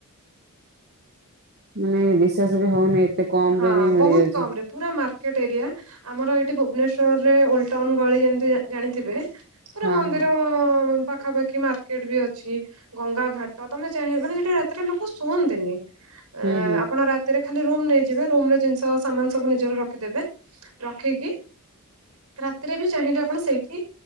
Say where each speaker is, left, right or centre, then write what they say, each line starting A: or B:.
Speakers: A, on the right; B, on the right.
A: ମାନେ ବିଶ୍ୱାସ ବି ହଉନି ଏତେ କମ
B: ହଁ
A: ରେ ବି ମିଳିଯାଉଚି।
B: ବହୁତ କମ ରେ ପୁରା ମାର୍କେଟ ଏରିଆ ଆମର ଏଇଠି ଭୁବନେଶ୍ୱରରେ ଓଲ୍ଡ ଟାଉନ ଗଳି ଯେମତି ଯା ଜାଣିଥିବେ। ପୁରୀ
A: ହଁ
B: ମନ୍ଦିର।
A: ହଁ
B: ପାଖାପାଖି ମାର୍କେଟ ବି ଅଛି ଗଙ୍ଗା ଘାଟ ତମେ ଚାହିଁ ମାନେ ସେଠେ ରାତିରେ ଲୋକ। ଶୁଅନ୍ତିନି ଏ
A: ହୁଁ ହୁଁ
B: ଆପ ରାତିରେ ଖାଲି ରୁମ ନେଇଯିବେ ରୁମ ରେ ଜିନିଷ ସାମାନ ସବୁ ନିଜର ରଖିଦେବେ ରଖିକି। <inaudible> ରାତିରେ ବି ଚାହିଁଲେ ଆପଣ ସେଇଠି